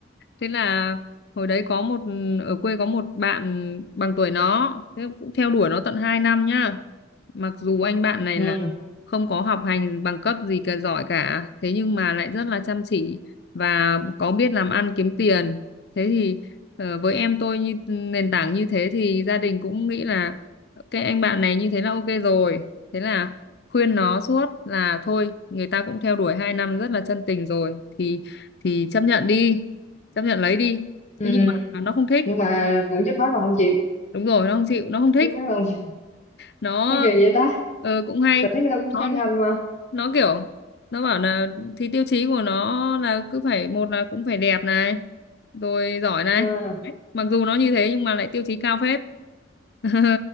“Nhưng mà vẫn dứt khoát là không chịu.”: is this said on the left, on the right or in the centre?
Left